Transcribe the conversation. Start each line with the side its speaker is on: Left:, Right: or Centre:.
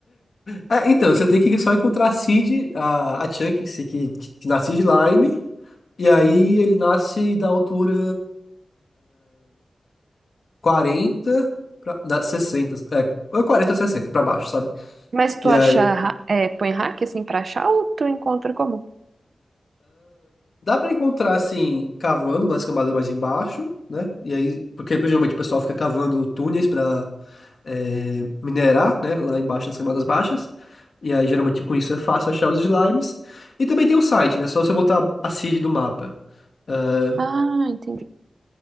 Left: É, então, você tem que só encontrar a Cid, a, a Chuck em si, que, que nasce de Lyme, e aí ele nasce da altura 40 pra, da 60, é, ou 40 ou 60 pra baixo, sabe?
Right: Mas tu
Left: E
Right: acha,
Left: aí
Right: ra- é, põe hack assim pra achar ou tu encontra como?
Left: dá pra encontrar assim, cavando nas camadas mais embaixo, né? E aí, porque geralmente o pessoal fica cavando túneis pra é, minerar, né? Lá embaixo nas camadas baixas. E aí, geralmente com isso é fácil achar os slimes. E também tem o site, né? Só você botar a Cid do mapa. Ah,
Right: Ah, entendi.